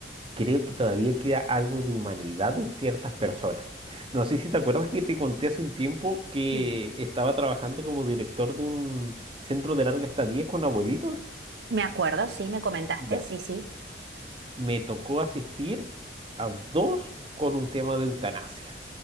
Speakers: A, on the right; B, on the right.
A: creo que todavía queda algo de humanidad en ciertas personas. No sé si te acuerdas que te conté hace un tiempo que
B: Mm.
A: estaba trabajando como director de un centro de larga estadía con abuelitos.
B: Me acuerdo, sí, me comentaste,
A: Ya.
B: sí, sí.
A: me tocó asistir a dos con un tema de eutanasia,